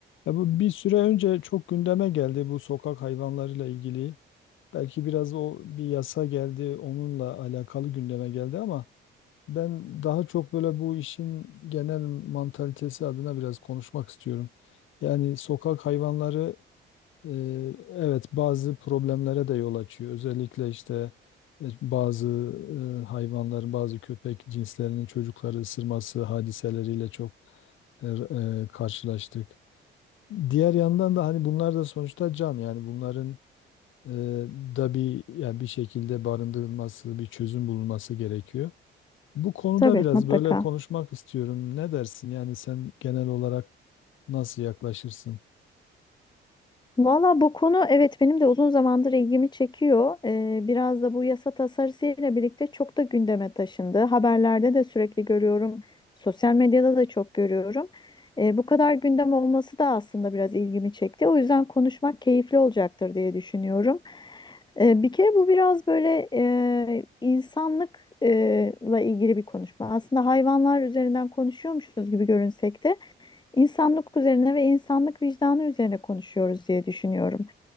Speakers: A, on the left; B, on the left.
A: Ya bu bir süre önce çok gündeme geldi bu sokak hayvanlarıyla ilgili. Belki biraz o bir yasa geldi, onunla alakalı gündeme geldi ama ben daha çok böyle bu işin genel mantalitesi adına biraz konuşmak istiyorum. Yani sokak hayvanları e, evet bazı problemlere de yol açıyor. Özellikle işte e, bazı e, hayvanların, bazı köpek cinslerinin çocukları ısırması hadiseleriyle çok e, e, karşılaştık. Diğer yandan da hani bunlar da sonuçta can yani bunların e, da bir yani bir şekilde barındırılması, bir çözüm bulunması gerekiyor. Bu konuda
B: Tabii
A: biraz
B: mutlaka.
A: böyle konuşmak istiyorum. Ne dersin? Yani sen genel olarak nasıl yaklaşırsın?
B: Valla bu konu evet benim de uzun zamandır ilgimi çekiyor. Ee, biraz da bu yasa tasarısıyla birlikte çok da gündeme taşındı. Haberlerde de sürekli görüyorum. Sosyal medyada da çok görüyorum. Ee, bu kadar gündem olması da aslında biraz ilgimi çekti. O yüzden konuşmak keyifli olacaktır diye düşünüyorum. Ee, bir kere bu biraz böyle e, insanlıkla ilgili bir konuşma. Aslında hayvanlar üzerinden konuşuyormuşuz gibi görünsek de. İnsanlık üzerine ve insanlık vicdanı üzerine konuşuyoruz diye düşünüyorum.